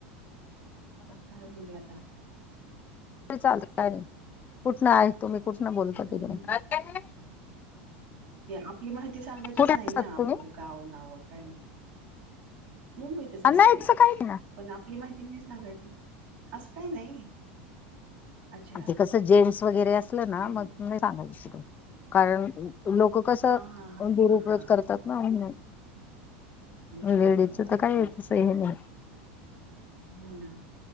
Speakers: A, on the right; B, on the left.
A: तर काय बोलुया आता?
B: चालतय काय नाही, कुठन आहे तुम्ही कुठन बोलतो
A: हम्म,
B: तिथ?
A: आपली माहिती सांगायचीच
B: कुठे
A: नाही
B: असतात
A: ना, आपण
B: तुम्ही
A: गावं नावं काय? मुंबईतच असते.
B: नाही तसं काही नाही
A: पण आपली माहिती नाही सांगायची, असं काही नाही. अच्छा.
B: ते कसं जेन्टस वगैरे असलं
A: हं,
B: ना, मग
A: हं.
B: नाही सांगयच, कारण लोक ओझं- कसं,
A: हां, हां, हां,
B: दुरुपयोग
A: हां, हां.
B: करतात ना म्हणून.
A: बरोबर,
B: वेळेच
A: बरोबर.
B: तर काय,
A: हो,
B: येतसं हे नाही.
A: हो ना. ‌